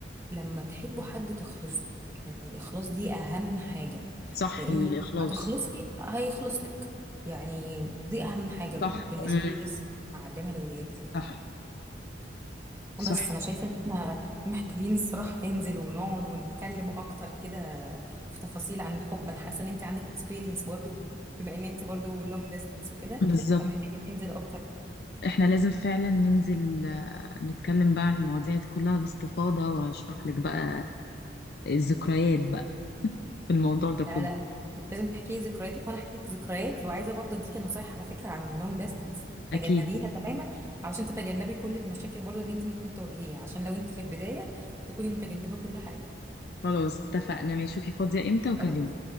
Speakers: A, on the right; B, on the left.
A: لما تحبوا حد تخلصوا يعني الاخلاص دي اهم حاجة
B: صح
A: لان
B: الاخلاص
A: هتخلصي هيخلص لك يعني دي اهم حاجة
B: صح
A: بالنسبة
B: مم.
A: لي نفسي اعلمها لاولادي يعني
B: صح صح
A: بس انا شايفه ان احنا محتاجين الصراحه ننزل ونقعد ونتكلم اكتر كده في تفاصيل عن الحب انا حاسه ان انت عندك اكسبيرينس برضو بما ان انت برضو لونج ديستانس وكده
B: بالظبط
A: فمحتاجين ننزل اكتر
B: احنا لازم فعلا ننزل آه، نتكلم بقى عن المواضيع دي كلها باستفاضة واشرح لك بقى الذكريات بقى <laughs> في الموضوع ده كله
A: لا لا لازم تحكي لي ذكرياتك وانا احكي لك ذكرياتي وعايزه برضو اديكي نصايح على فكره عن اللونج ديستانس تجنبيها
B: اكيد
A: تماما علشان تتجنبي كل المشاكل برضو اللي انت ممكن تواجهيها عشان لو انت في البدايه تكوني متجنبه كل حاجه
B: خلاص اتفقنا ماشي شوفي فاضية امتى وكلمني
A: خلاص